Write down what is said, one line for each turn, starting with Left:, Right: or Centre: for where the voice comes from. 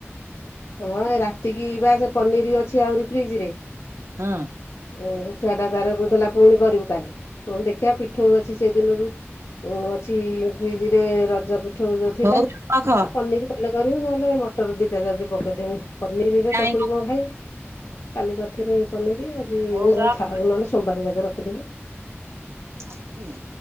Left: ହଁ ରାତିକି ବା ସେ ପନିର ଅଛି ଆହୁରି ଫ୍ରିଜ ରେ,
Right: ହଁ,
Left: ଏ ଛୁଆ ଟା ଦାର କଥିଲା ପୁଣି କରିବୁ କାଲି ହଁ ଦେଖିବା ପିଠୁ ଅଛି ସେ ଦିନୁରୁ, ଓ ଅଛି ଫ୍ରିଜ ରେ ରଜ ପିଠୁ ଯୋଉ ଥିଲା
Right: ହଉ ରଖ
Left: ଆଉ ପନିର, ହେଲେ କରିବି ନହେଲେ ମଟର ଦିଟା ଯାଉଛି ପକେଇଦେମି ପନିରରେ
Right: କାଇଁ
Left: ଚକୁଳି କଁ ଖାଇବି, କାଲି କରିଥିନି ପନିର ଆଜି
Right: ହଉ
Left: ମୁଁ
Right: ରଖ
Left: ଥାଉ ନହେଲେ ସୋମବାରକେ ରଖିଦେବି,
Right: ଆ ତୁନେ,